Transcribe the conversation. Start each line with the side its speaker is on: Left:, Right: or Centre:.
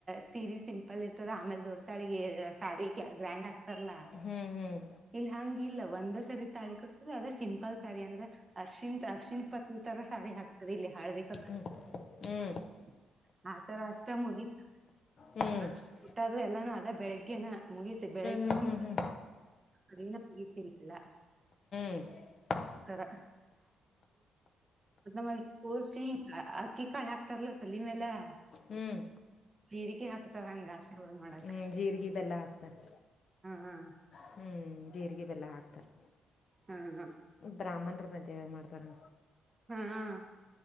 Right: ಸೀರೆ ಸಿಂ. ಲ್ಲಿ ಇರ್ತದ ಆಮೇಲೆ ದೊಡ್ಡಾಳಿಗೆ ಸಾರಿ ಗ್ರ್ಯಾಂಡ್ ಆಗ್ತಾರಲ್ಲಾ
Left: ಹ್ಮ್ ಹ್ಮ್
Right: ಇಲ್ ಹಂಗ ಇಲ್ಲ ಒಂದ ಸರಿ ತಾಳಿ ಕೊಟ್ಟದ ಅದ ಸಿಂಪಲ್ ಸಾರಿ ಅಂದ್ರ ಅರ್ಶಿಂತ್ ಅರ್ಶಿ ಪ್ಪತ್ತರ ಸಾರಿ ಆಗ್ಕ್ತದೆ ಇಲ್ಲಿ ಹಾಳ್ಬೇಕ.
Left: ಹ್ಮ್ ಹ್ಮ್ <inaudible>
Right: <unintelligible> ಆಥರ ಅಷ್ಟ ಮುಗಿತ್ತು
Left: ಹ್ಞೂ ಹ್ಞೂ ಹ್ಞೂ ಹ್ಞೂ
Right: ಮತ್ತ ಊಟದು ಎಲ್ಲಾನು ಅದ ಬೆಳಿಗ್ಗೆ ಮುಗೀತು ಬೆಳಗ್ಗೆ
Left: ಹ್ಞೂ ಹ್ಞೂ
Right: ಒಂದು
Left: ಹ್ಞೂ
Right: ಅನು ಬಗತಿಿಲ್ಲ <inaudible>
Left: ಹ್ಮ <inaudible>
Right: ರ <inaudible> ಮ ಕೋಸಿ ಹಿಂಗ ಅಕ್ಕಿ ಕಾಳ ಹಾಕ್ತಾರಲತ್ತಲ್ ತಲೆ ಈ ಮೇಲೆ <inaudible>
Left: ಹ್ಮ್
Right: ಜೀರಿಗೆ ಹಾಕುತ್ತಾರ ಹಂಗ ಆಶೀರ್ವಾದ ಮಾಡಕ್ಕ
Left: ಹ್ಮ್ ಜೀರಿಗೆ ಬೆಲ್ಲ ಹಾಕ್ತಾರಾ
Right: ಹಾ
Left: <unintelligible> ಹ್ಮ್ ಜೀರಿಗೆ ಬೆಲ್ಲ ಹಾಕ್ತಾರಾ
Right: ಹ್ಮ
Left: ಬ್ರಾಹ್ಮಣರು ಮದುವೆವ್ಯಾಗ ಮಾಡುತ್ತಾರೆ
Right: ಹಾ ಹಾ.